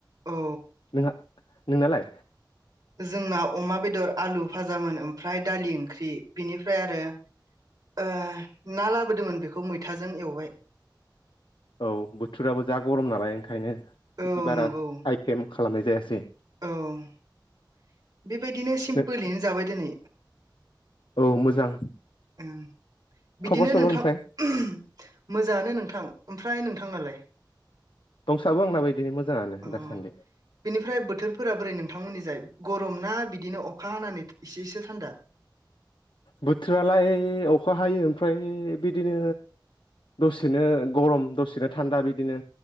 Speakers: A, on the right (about 55°); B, on the left (about 75°).
A: औ
B: नोंहा नोंनालाय?
A: जोंना अमा बेदर आलु भाजामोन ओमफ्राय दालि ओंख्रि बिनिफ्राय आरो ओ ना लाबोदोंमोन बेखौ मैथाजों एवबाय
B: औ बोथोराबो जा गरम नालाय ओंखायनो
A: औ
B: बिदि बारा
A: नंगौ
B: आइटेम खालामनाय जायासै।
A: औ बेबायदिनो सिम्पोलैनो
B: नों
A: जाबाय दिनै
B: औ मोजां
A: ओम बिदिनो
B: खबर सबर
A: नोंथां
B: ओमफ्राय
A: <unintelligible> मोजाङानो नोंथां ओमफ्राय नोंथां नालाय?
B: दंसाबो आंनाबो बिदिनो मोजाङानो
A: अ
B: दासान्दि
A: बिनिफ्राय बोथोरफोरा बोरै नोंथांमोननि जाय? गरमना बिदिनो अखा हानानै इसे इसे थान्दा।
B: बोथोरालाय अखा हायो ओमफ्राय ओय बिदिनो दसेनो गरम दसेनो थान्दा बिदिनो।